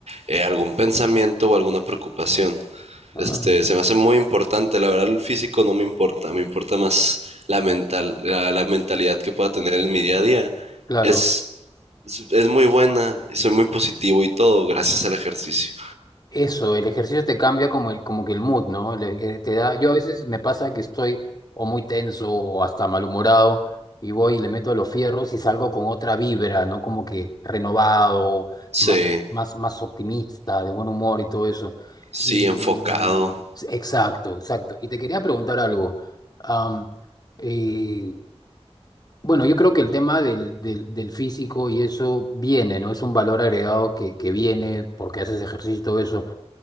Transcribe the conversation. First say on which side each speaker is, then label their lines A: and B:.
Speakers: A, on the right (about 85°); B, on the left (about 40°).
A: eh, algún pensamiento o alguna preocupación.
B: Ah,
A: Este, se me hace muy importante. La verdad, el físico no me importa. Me importa más la mental, la, la mentalidad que pueda tener en mi día a día.
B: claro.
A: Es, es, es muy buena y soy muy positivo y todo gracias al ejercicio.
B: Eso, el ejercicio te cambia como, el, como que el mood, ¿no? Le- eh, te da, yo a veces me pasa que estoy o muy tenso o hasta malhumorado y voy y le meto a los fierros y salgo con otra vibra, ¿no? Como que renovado,
A: Sí.
B: más, más, más optimista, de buen humor y todo eso. Y
A: Sí, enfocado,
B: exacto, exacto. Y te quería preguntar algo. Am, eh, bueno, yo creo que el tema del, del, del físico y eso viene, ¿no? Es un valor agregado que, que viene porque haces ejercicio y todo eso.